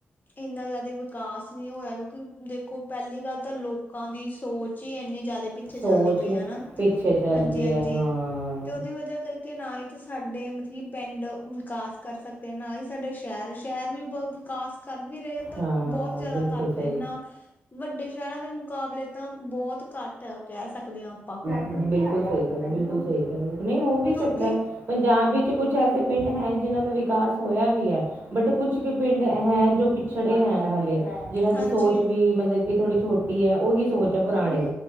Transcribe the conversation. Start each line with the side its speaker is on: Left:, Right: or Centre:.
Left: ਇੰਨਾ ਜ਼ਿਆਦਾ ਵਿਕਾਸ ਨਹੀਂ ਹੋਇਆ ਕਿਉਂਕਿ ਦੇਖੋ ਪਹਿਲੀ ਗੱਲ ਤਾਂ ਲੋਕਾਂ ਦੀ ਸੋਚ ਹੀ ਇੰਨੀ ਜ਼ਿਆਦਾ ਪਿੱਛੇ
Right: ਸੋਚ
Left: ਚੱਲਦੀ ਪਈ ਹੈ। ਨਾ।
Right: ਪਿੱਛੇ ਚੱਲ
Left: ਹਾਂਜੀ
Right: ਰੀ
Left: ਹਾਂਜੀ
Right: ਹੈ ਹਾਂ।
Left: ਤੇ ਉਹਦੀ ਵਜਾ ਕਰਕੇ ਨਾ ਹੀ ਤਾਂ ਸਾਡੇ ਮਤਲਬ ਕਿ ਪਿੰਡ ਵਿਕਾਸ। ਕਰ ਸਕਦੇ ਹਾਂ, ਨਾ ਹੀ ਸਾਡੇ ਸ਼ਹਿਰ, ਸ਼ਹਿਰ ਵੀ ਬ ਵਿਕਾਸ ਕਰ ਵੀ ਰਹੇ ਆ ਤਾ
Right: ਹਾਂ
Left: ਬਹੁਤ ਜ਼ਿਆਦਾ।
Right: ਬਿਲਕੁਲ
Left: ਘੱਟ
Right: ਸਹੀ
Left: ਇੰਨਾ ਵੱਡੇ ਸ਼ਹਿਰਾਂ ਦੇ ਮੁਕਾਬਲੇ ਤਾਂ ਬਹੁਤ ਘੱਟ ਆ, ਕਹਿ ਸਕਦੇ ਹਾਂ ਆਪਾਂ।
Right: ਬਿਲਕੁਲ ਸਹੀ ਕਰ ਰਹੇ-ਬਿਲਕੁਲ ਸਹੀ ਕਰ ਰਹੇ ਨਹੀਂ ਹੋ ਵੀ
Left: ਕਿਉਂਕਿ
Right: ਸਕਦਾ ਹੈ। ਪੰਜਾਬ ਵਿੱਚ ਕੁਛ ਐਸੇ ਪਿੰਡ ਹੈ ਨ ਜਿਨਾਂ ਦਾ ਵਿਕਾਸ ਹੋਇਆ ਵੀ ਹੈ। ਬਟ ਕੁਛ ਕੁ ਪਿੰਡ ਹੈ ਜੋ ਪਿਛੜੇ ਹੈ ਹਲੇੇ। ਜਿਹਨਾਂ ਦੀ
Left: ਹਾਂਜੀ
Right: ਸੋਚ ਵੀ ਮਤਲਬ ਕਿ ਥੋੜੀ ਛੋਟੀ ਹੈ ਉਹੀ ਸੋਚ ਹੈ ਪੁਰਾਣੀ।